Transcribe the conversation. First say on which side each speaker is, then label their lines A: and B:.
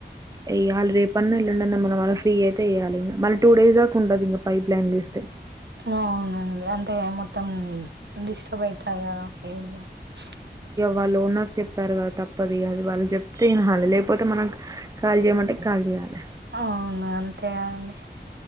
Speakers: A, on the right; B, on the right.
A: అ ఆల్ రేపు రేపున్నయేళ్ళుండన్న <inaudible> ఫ్రీ అయితే చేయాలి మళ్ళీ టూ డేస్ా ఉంటుది ఇంకా పైప్లైన్లు ఇస్తే
B: అ అవునండి అంటే మొత్తం డిస్టర్బ్ అయితది కదా ఏ <unintelligible>
A: వాళ్ళు ఓనర్స్ చెప్పారు కదా తప్ప పదిఇగ వాాల చెప్ప వినాలి లేకపోతే మనం ఖాళీ చేయమంటే ఖాళీ చేయాలి
B: ఆ అవును అంతేగాండి